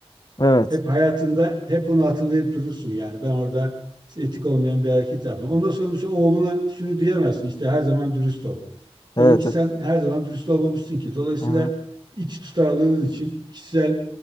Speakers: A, on the left; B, on the right.
A: Evet.
B: hep hayatında hep onu hatırlayıp durursun yani. Ben orada işte etik olmayan bir hareket yaptım. Ondan sonra mesela oğluna şunu diyemezsin işte her zaman dürüst ol.
A: Evet.
B: Demek ki sen
A: evet.
B: her zaman dürüst olmamışsın ki. Dolayısıyla
A: Aha.
B: iç tutarlılığın için kişisel